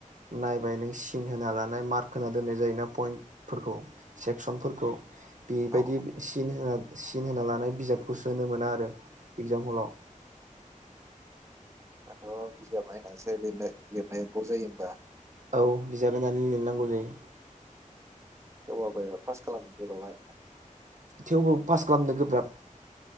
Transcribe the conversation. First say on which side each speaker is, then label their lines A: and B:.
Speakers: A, on the right; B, on the right.
A: नायबाय नों सिन होना लानाय मार्क होना दोननाय जायोना पइन्टफोरखौ सेक्सनफोरखौ बेबायदि
B: औ
A: सिन होना सिन होना लानाय बिजाबखौ सोनो मोना आरो एगजाम हलाव
B: दाथ' बिजाब बायनासो लिरनो लिरनांगौ जायो होमबा
A: औ बिजाब नायनानै लिरनांगौ जायो।
B: थेवबाबो पास <unintelligible>
A: थेवबो पास खालामनो गोब्राब